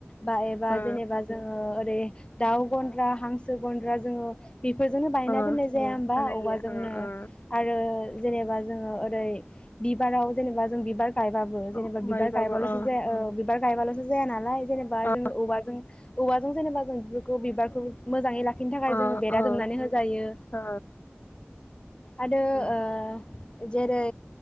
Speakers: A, on the left; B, on the left.
A: बा एबा
B: ओ
A: जेनेबा जोङो ओरै दाउ गन्द्रा हांसो गन्द्रा जोङो बेफोरजोंनो बानायना
B: ओ
A: दोननाय जाया होमबा
B: बानायो
A: औवाजोंनो
B: ओ ओ
A: आरो जेनेबा जोङो ओरै बिबाराव जेनेबा जों बिबार गायबाबो जेनेबा
B: ओमफ्रायबाबो
A: बिबार गायबालथ
B: ओ
A: जाया, बिबार गायबालथ जाया नालाय जेनेबा
B: ओ
A: जों औवाजों औवाजों जेनेबा जों खौ बिबारखौ मोजाङै लाखि बेनि थाखाय
B: ओ
A: जोङो बेरा
B: ओ
A: दुमनानै होजायो।
B: ओ
A: आरो
B: उम
A: ओ जेरै,